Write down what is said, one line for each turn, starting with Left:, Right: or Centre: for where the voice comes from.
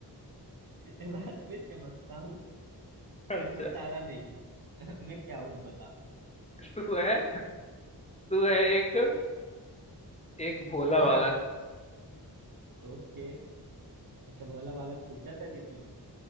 Right: <laughs> रात में चमकता हूँ
Left: अच्छा
Right: पर मैं तारा नहीं हूँ <laughs> मैं क्या हूँ बता
Left: तू है तू है एक एक भोला
Right: <laughs>
Left: बालक
Right: ओके अच्छा भोला वाला छुप जाता है दिन में